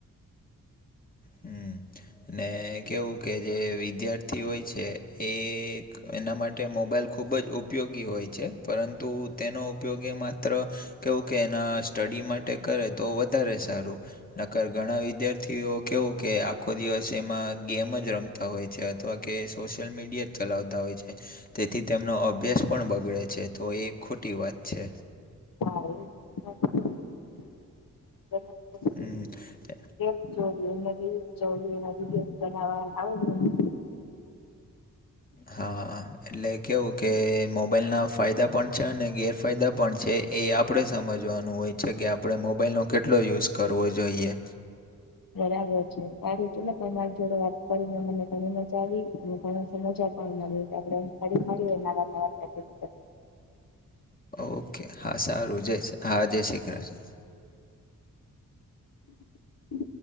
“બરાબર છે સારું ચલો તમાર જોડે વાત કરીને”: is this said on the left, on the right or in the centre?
Left